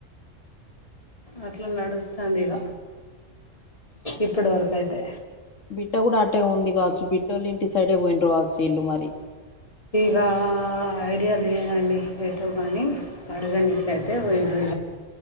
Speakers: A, on the left; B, on the left.
A: అట్లా నడుస్తాంది ఇగ ఇప్పటి వరకు అయితే
B: బిడ్డ కూడా అటే ఉంది కావచ్చు బిడ్డలు ఇంటి సైడే పాయింరూ కావచ్చు మరి
A: ఇగ ఐడియా లేదండి ఎటో కానీ అడుగ నికయితే వోయిండ్రు